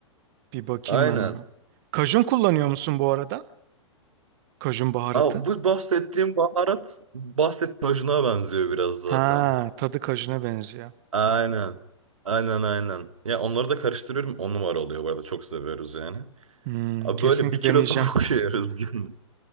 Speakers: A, on the right (about 45°); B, on the right (about 80°).
A: Bir bakayım
B: Aynen.
A: ben ona. Kajun kullanıyor musun bu arada? Kajun baharatı.
B: Aa, bu bahsettiğim baharat bahsettiğim tajına benziyor biraz zaten.
A: Ha, tadı kajuna benziyor.
B: Aynen. Aynen aynen. Ya onları da karıştırıyorum. On numara oluyor bu arada. Çok seviyoruz yani.
A: Hmm,
B: Abi
A: kesinlikle
B: böyle bir kilo
A: deneyeceğim.
B: tavuk <laughs> yiyoruz gün.